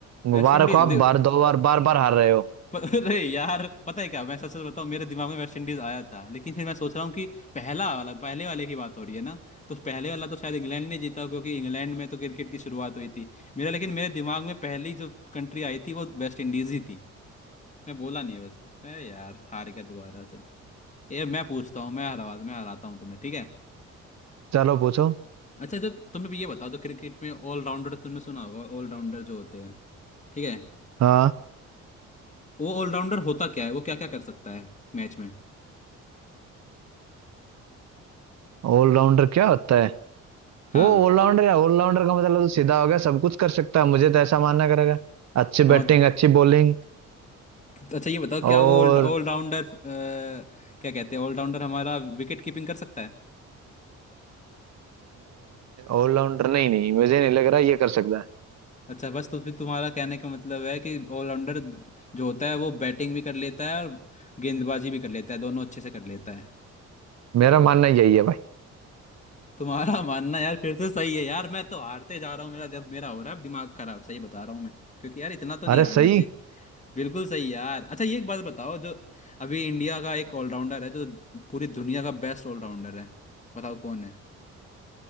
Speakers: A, on the left; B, on the right.
A: West
B: मुबारक
A: Indies
B: हो आप बार दो बार बार बार हार रहे हो
A: प- <laughs> अरे यार पता है क्या मैं सच सच बताऊं मेरे दिमाग में वेस्ट इंडीज आया था लेकिन फिर मैं सोच रहा हूँ कि पहला वाला पहले वाले की बात हो रही है ना तो उस पहले वाला तो शायद इंग्लैंड ने जीता क्योंकि इंग्लैंड में तो क्रिकेट की शुरुआत हुई थी मेरा लेकिन मेरे दिमाग में पहली जो कंट्री आई थी वो वेस्ट इंडीज ही थी मैं बोला नहीं बस है यार हार गया दोबारा से ये मैं पूछता हूँ मैं हरा मैं हराता हूँ तुम्हें ठीक है
B: चलो पूछो
A: अच्छा जो तुमने भी ये बताओ जो क्रिकेट में ऑलराउंडर तुमने सुना होगा ऑलराउंडर जो होते हैं ठीक है
B: हाँ
A: वो ऑलराउंडर होता क्या है वो क्या क्या कर सकता है मैच में
B: ऑलराउंडर क्या होता है
A: हाँ
B: वो ऑलराउंडर या ऑलराउंडर का मतलब तो सीधा हो गया सब कुछ कर सकता है मुझे तो ऐसा मानना करेगा अच्छी
A: हाँ
B: बैटिंग अच्छी बॉलिंग
A: अच्छा ये बताओ
B: और
A: क्या वो ऑलराउंडर क्या कहते हैं ऑलराउंडर हमारा विकेट कीपिंग कर सकता है
B: ऑलराउंडर नहीं नहीं मुझे नहीं लग रहा ये कर सकता है
A: अच्छा बस तो फिर तुम्हारा कहने का मतलब है कि ऑलराउंडर जो होता है वो बैटिंग भी कर लेता है और गेंदबाजी भी कर लेता है दोनों अच्छे से कर लेता है
B: मेरा मानना यही है भाई
A: तुम्हारा <laughs> मानना यार फिर से सही है यार मैं तो हारते जा रहा हूँ मेरा दिम- मेरा हो रहा है अब दिमाग खराब सही बता रहा हूँ मैं क्योंकि यार इतना तो नहीं
B: अरे
A: हारना
B: सही
A: चाहिए बिल्कुल सही यार अच्छा ये एक बात बताओ जो अभी इंडिया का एक ऑलराउंडर है जो पूरी दुनिया का बेस्ट ऑलराउंडर है बताओ कौन है